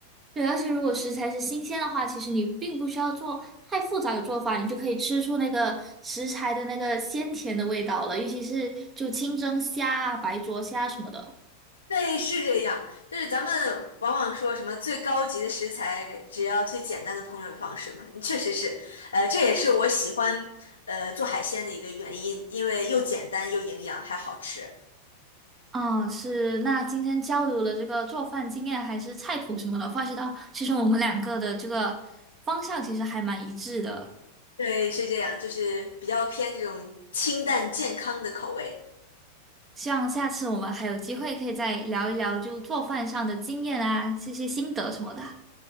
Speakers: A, on the right; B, on the left.
A: 对，而且如果食材是新鲜的话，其实你并不需要做太复杂的做法，你就可以吃出那个食材的那个鲜甜的味道了。尤其是就清蒸虾啊、白灼虾什么的。
B: 对，是这样。就是咱们往往说什么最高级的食材，只要最简单的烹饪方式嘛，确实是。呃，这也是我喜欢呃做海鲜的一个原因，因为又简单又营养还好吃。
A: 啊，是。那今天交流了这个做饭经验还是菜谱什么的，发现到其实我们两个的这个方向其实还蛮一致的。
B: 对，是这样，就是比较偏这种清淡健康的口味。
A: 希望下次我们还有机会可以再聊一聊，就做饭上的经验啊，这些心得什么的。